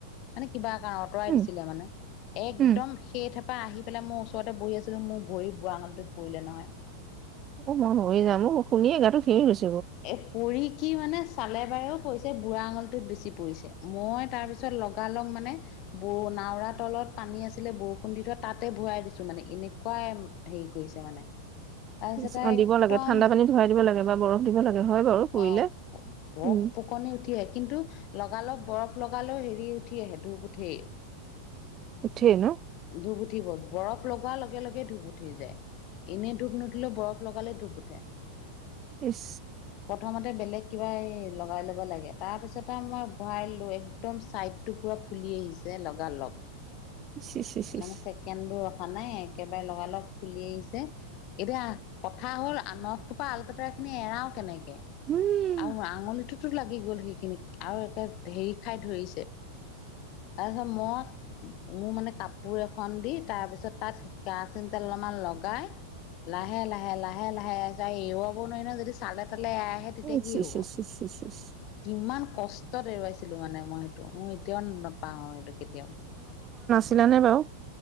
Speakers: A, on the left (about 40°); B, on the right (about 30°).
A: মানে কিবা কাৰণে আতৰাই
B: উম,
A: দিছিলে মানে একদম
B: উম,
A: সেই থেপা আহি পেলাই মোৰ ওচৰতে বহি আছিলো মোৰ ভৰি বুঢ়া আঙুল টোত পৰিলে নহয়।
B: অ, মই হৈ যামো শুনিয় এ গাটো ঘেৰি গৈছো।
A: এ পৰী কি মানে চালে বাৰেও পৰিছে বুঢ়া আঙুলটোত বেছি পৰিছে মই তাৰপিছত লগালগ মানে ব নাওৰা তলত পানী আছিলে বৰষুণ দি থোৱা তাতে ভৰাই দিছো মানে এনেকুৱাই হেৰি কৰি কৰিছে মানে। তাৰপিছত
B: পিছ
A: আৰু
B: অ,
A: একদম
B: দিব লাগে ঠাণ্ডা পানী ধুৱাই দিব লাগে বা বৰফ। দিব লাগে হয় বাৰু পুৰিলে
A: অ, ভক
B: উম,
A: ফকনি উঠি আহে কিন্তু লগালগ। অলপ বৰফ লগালেও হেৰি উঠি আহে ধূপ উঠেই।
B: উঠে ন।
A: ধূপ উঠিব বৰফ লগোৱাৰ লগে লগে ধুপ উঠি যায়। এনেই ধূপ নুঠিলেও বৰফ লগালে ধূপ উঠে।
B: ইছ
A: প্ৰথমতে বেলেগ কিবা এই লগাই ল'ব লাগে। তাৰ পিছতে মই ভৰাইলো একদম। চাইটো পুৰা ফুলি আহিছে লগা লগ
B: ইচ ইচ ইচ ইচ
A: মানে ছেকেণ্ড। নাই একেবাৰে লগাল লগ ফুলি আহিছে। এতিয়া কথা হ'ল নখ টোপা অলকটৰা খিনি এৰাও কেনেকে
B: উম,
A: আৰু আঙুলিটোত। লাগি গ'ল সেইখিনিক আৰু একে হেৰি খাই ধৰিছে। তাৰপিছত মই মোৰ মানে কাপোৰ এখন দি তাৰ পিছত তাত কেৰাচিন তেল অলপমান লগাই লাহে লাহে লাহে লাহে এৰুৱাব নোৱাৰি নহয়। যদি চালে তালে এ আহে তেতিয়া
B: ইচ
A: কি
B: ইচ
A: হ'ব
B: ইচ ইচ ইচ ইচ
A: কি হ'ব। কষ্টত এৰুৱাইছিলো মানে মই সেইটো ম এতিয়াও নাপাহওঁ সেইটো কেতিয়াও।
B: ছিলা নে বাৰু।